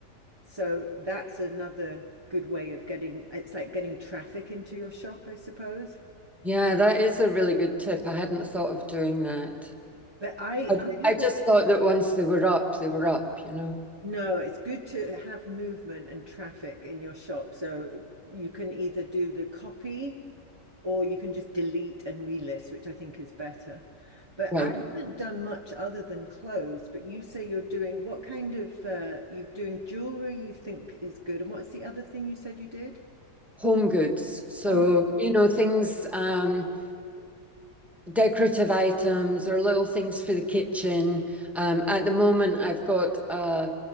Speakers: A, on the right; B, in the centre.
A: So that's another good way of getting it's like getting traffic into your shop, I suppose.
B: Yeah, that is a really good tip. I hadn't thought of doing that.
A: But I
B: I,
A: I haven't
B: I just thought that once they were up, they were up, you know?
A: no, it's good to have movement and traffic in your shop. So you can either do the copy Or you can just delete and relist, which I think is better. But
B: Right.
A: I haven't done much other than clothes. But you say you're doing what kind of uh, you're doing jewelry you think is good, and what's the other thing you said you did?
B: home goods. So,
A: Oh,
B: you know, things, um, decorative items or little things for the kitchen. Um, at the moment, I've got a